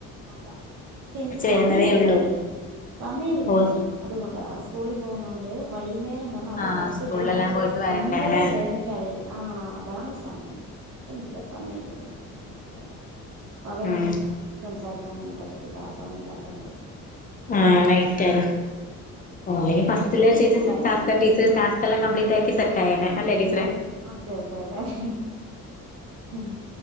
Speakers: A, on the right; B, on the left.
A: അതാ പക്ഷെ എനിക്ക്
B: വരുന്നതേ
A: സമയമില്ലെന്നേ
B: ഉള്ളൂ
A: സമയമില്ലായിരുന്നു
B: ഓഹ്
A: അതുകൊണ്ട സ്കൂളിൽ പോകുന്നൊണ്ട് വൈകുന്നേരം അത്
B: ആഹ്
A: കറക്
B: സ്കൂളിലെല്ലാം
A: ഇത ഈ
B: പോയിട്ട് വരണ്ടേല്ലേ
A: ഒൻപതിലുംര കഴിഞ്ഞിട്ടാണ് ആയാലും ആഹ അതാണ് സമയം കിട്ടുന്നില്ല സമയം കിട്ടുന്നില്ലല്ലോ പകലൊന്നും
B: ഉം
A: സംസാരിക്കാനൊന്നും പറ്റത്തില്ല സമയമ ഇല്ലാത്ത കൊണ്ട്
B: ആ ലൈറ്റ് ആയി
A: പിന്നെ
B: ഓല്
A: ചെയ്യാം
B: ഫസ്റ്റിലെ ചെയ്തു
A: അല്ലെ
B: ടാസ്ക്കൊക്കെ ടാസ്ക് ഒക്കെ കമ്പ്ലീറ്റ് ആക്കി സെറ്റാ <unintelligible> അല്ലേ ടീച്ചറെ
A: അതെ അതെ അതെ അതെ ഉം